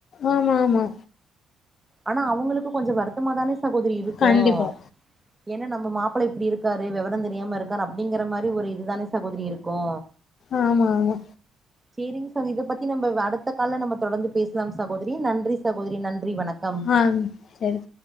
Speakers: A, on the left; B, on the right.
A: ஆமா ஆமா
B: ஆனா அவுங்களுக்கு கொஞ்சோ வருத்தம தானே சகோதரி இருக்கும்
A: கண்டிப்பா
B: ஏன்னா நம்ம மாப்பிளை இப்டி இருக்காரு விவரம் தெரியாம இருக்காரு அப்டிங்கிற மாரி ஒரு இதுதானே சகோதரி இருக்கு
A: ஆமா ஆமா
B: செரிங்க சகோ இதை பத்தி நம்ம அடுத்த கால நம்ம தொடர்ந்து பேசலாம் ச சகோதரி நன்றி சகோதரி நன்றி வணக்கம்
A: ஆ சரி